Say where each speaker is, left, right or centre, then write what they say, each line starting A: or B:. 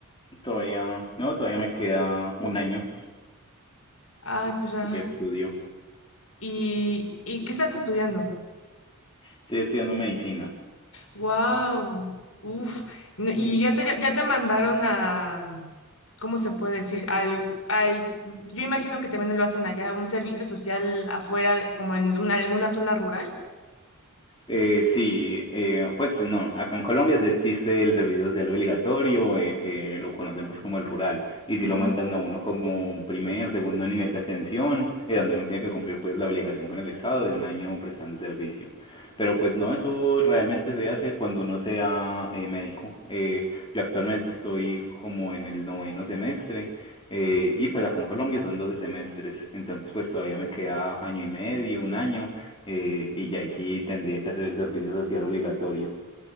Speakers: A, on the left (about 25°); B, on the left (about 75°).
A: todavía, no, todavía me queda un año
B: Ay, pues ya.
A: de estudio.
B: ¿Y, y qué estás estudiando?
A: Estoy estudiando medicina.
B: Wow, uf. no- ¿Y ya te, ya te mandaron a, ¿cómo se puede decir? Al, al, yo imagino que también lo hacen allá, un servicio social afuera, como en una- alguna zona rural.
A: Eh, sí, eh, pues no, acá en Colombia sí existe el servicio social obligatorio, eh, que lo conocen pues como el rural, y si
B: Ujú.
A: lo mandan a uno como un primer, segundo nivel de atención, eh, donde uno tiene que cumplir pues la obligación con el Estado de un año prestando servicio. Pero pues no, eso realmente se hace cuando uno sea eh, médico. Eh, yo actualmente estoy como en el noveno semestre, eh, y pues acá en Colombia son 12 semestres, entonces pues todavía me queda año y medio, un año, eh, y ya ahí sí tendría que hacer el servicio social obligatorio.